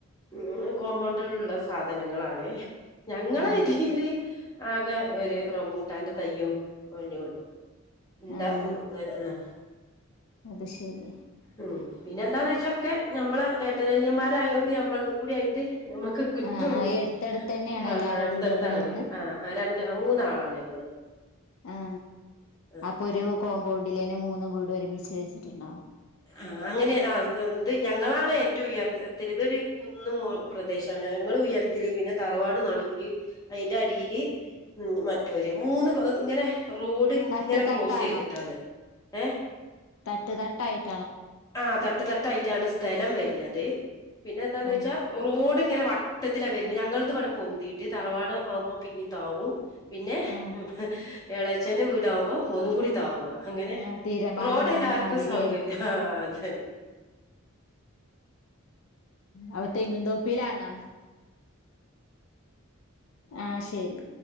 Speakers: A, on the left; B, on the left.
A: ഉ കോമ്പൗണ്ടിലുള്ള സാധനങ്ങളണ ഞങ്ങള
B: ആഹ്
A: വിതിൽ ആകെ ഒരു റംബൂട്ടാന്റെ തയ്യയും ഒേ ഉള്ളു എന്താ
B: ആഹ്
A: അങ്ങനെ ആഹ <unintelligible>
B: അത് ശരി
A: ഉം പിന്നെ എന്താന്ന് വെച്ചൊക്കെ ഞമ്മളെ ഏട്ടനനിയമാരയോണ്ട് ഞമ്മളക്കകൂടിആയിട്ട് ഞമക്ക് കിട്ടും
B: ആഹ് ആഹ് ഈ അടുത്തടുത്ത് തന്നെയാണോ
A: ആ
B: എല്ലാരെ
A: അടുത്തടുത്ത
B: വീടുകളും
A: ആണ്
B: വരുന്നെ
A: വീട് ആആ രണ്ട് മൂന്നാളാണ് ഞങ്ങള്
B: ആ
A: ആഹ്
B: അപ്പൊ ഒരു കോമ്പൗണ്ടിലേന്നെ മൂന്ന് വീട് ഒരുമിച്ച് വച്ചിട്ടുണ്ടാവും.
A: ആ് അങ്ങനെ ഇത് ഞങ്ങളാണ് ഏറ്റവും ഉയർ തെരിതൊരു കുന്ന് മ പ്രദേശണ്. ഞങ്ങള് ഉയരത്തില് പിന്നെ തറവാട് നടുല് അതിന്റെ അടിയില് ഉ മറ്റൊര് മൂന്ന് ഇങ്ങനെ റോഡ് ഇങ്ങനെ
B: തട്ട് തട്ടാണോ
A: ക്രോസ് ചെയ്തിട്ടാണ് ഏ
B: തട്ട് തട്ടായിട്ട്
A: ആ തട്ട് തട്ടായിട്ടാണ് സ്ഥലം വരുന്നത് പിന്നെ എന്താന്ന്
B: ആഹ്
A: വെച്ചാ റോഡ അടെ ഇങ്ങനെ വട്ടത്തില വര്ന്ന ഞങ്ങ ഇവിടെ പൊന്തിട്ട് തറവാട ആകുമ്പോ പിന്നെ താകു പിന്നെ
B: ആഹ്
A: ഉ എളച്ചന്റെ വീടാകുമ്പോം ഒന്ന കൂടി താവ അങ്ങനെ
B: ആഹ് തിരമാല
A: റോഡ്
B: പോണ
A: എല്ലാവർക്കും
B: മാതിരി
A: സൗകര്യം
B: ആയിരിക്കും
A: ആഅതെ അതെ
B: അപ്പോതെങ്ങിൻന്തോപ്പയിലാണോ? ആ ശരി